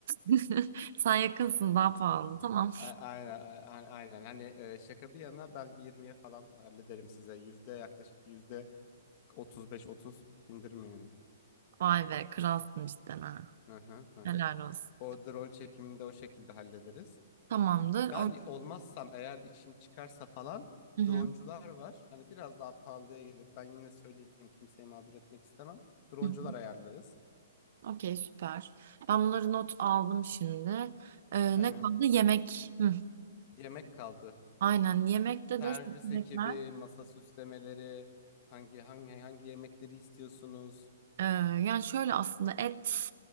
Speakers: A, on the right; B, on the left.
A: <laughs> Sen yakınsın daha pahalı. Tamam.
B: A- Aynen, a- aynen. Hani e, şaka bir yana ben 20'ye falan hallederim size. Yüzde yaklaşık bir yüzde 35-30 indirim yani.
A: Vay be kralsın cidden ha.
B: Hı hı hı. hı.
A: Helal olsun.
B: O drone çekimini de o şekilde hallederiz.
A: Tamamdır.
B: Ben
A: On...
B: olmazsam eğer işim çıkarsa falan
A: Hı hı.
B: droncular var. Hani biraz daha pahalıya gelir. Ben yine söyleyeyim kimseyi mağdur etmek istemem. Droncular
A: Hı hı.
B: ayarlarız.
A: Okey süper. Ben bunları not aldım şimdi. Ee,
B: Hı
A: ne
B: hı.
A: kaldı? Yemek. Hı.
B: Yemek kaldı.
A: Aynen yemekte
B: Servis
A: de seçenekler.
B: ekibi, masa süslemeleri, hangi hangi hangi yemekleri istiyorsunuz?
A: Ee, yani şöyle aslında et.